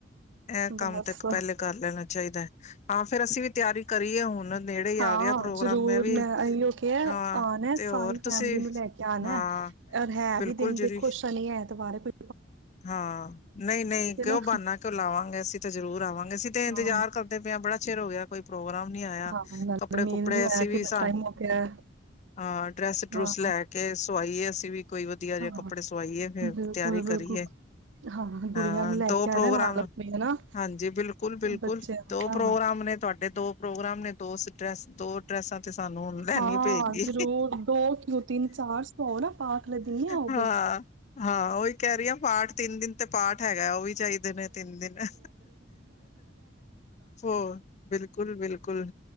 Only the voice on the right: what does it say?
ਬਸ
ਹਾਂ,
ਜ਼ਰੂਰ
ਮੈਂ ਐਹੀਓ ਹੋ ਕੇ ਆਂਣਾ
ਸਾਰੀ
ਫੈਮਿਲੀ
ਨੂੰ ਲੈ ਕੇ ਆਣਾ।
ਰ ਹੈ
ਵੀ ਦਿਨ
ਦੇਖੋ ਸਨੀ ਐਤਵਾਰ ਐ ਗੁਰ ਦਬਾਰੇ ਕੋ
ਹੈ
ਨਾ
ਹਾਂ
ਹਾਂ ਨਾਲੇ
ਮੇਲ ਨੀ ਹੋਇਆ
ਕਿੰਨਾ
ਟਾਈਮ ਹੋ ਗਿਆ।
ਹਾਂ
ਹਾਂ
ਬਿਲਕੁਲ
ਬਿਲਕੁਲ
ਹਾਂ ਗੁੜੀਆਂ
ਨੂੰ
ਲੈ ਕੇ
ਆਣਾ ਨਾਲ ਆਪਣੇ ਹਨਾ
ਬੱਚੇ
ਹਾਂ
ਹਾਂ,
ਜ਼ਰੂਰ ਦੋ ਕਿਉ ਤਿੰਨ, ਚਾਰ ਸੌ ਨਾ ਪਾ ਲੇਟੀ ਤਾ ਨੀ ਆਓਗੇ।